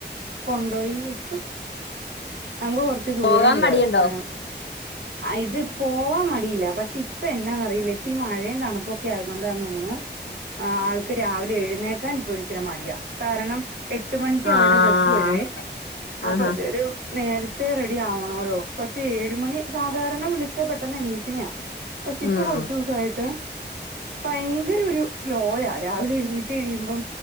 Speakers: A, on the right; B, on the left.
A: കൊണ്ടോയി വിട്ടു നമുക്ക് കൊറച്ച് ദൂരൊണ്ട്.
B: പോകാൻ മടിയുണ്ടോ
A: ഏഹ് അ ഇത് പോവാൻ മടിയില്ല പക്ഷെ ഇപ്പൊ എന്നാന്നറിയില്ല ഇപ്പീ മഴേം തണുപ്പൊക്കെ ആയതൊണ്ടാന്നോന്നു. ആഹ് ആൾക്ക് രാവിലെ എഴുന്നേക്കാൻ ഇപ്പൊരിച്ചിരി മടിയാ കാരണം. എട്ട് മണിക്ക്
B: ആഹ്
A: അവരുടെ ബസ്സ് വരുവേ അപ്പൊ
B: ആഹാ
A: അന്നേരം. നേരത്തെ റെഡി ആവണോല്ലോ പക്ഷെ ഏഴുമണി സാധാരണ വിളിച്ചാൽ പെട്ടെന്ന് എണീക്കണെയാ. പക്ഷെ
B: ഉം
A: ഇപ്പൊ കുറച്ചൂസായിട്ട് ഭയങ്കര ഒരു സ്ലോയ രാവിലെ എഴുന്നൊറ്റ്. കറ്റ കഴിയുമ്പം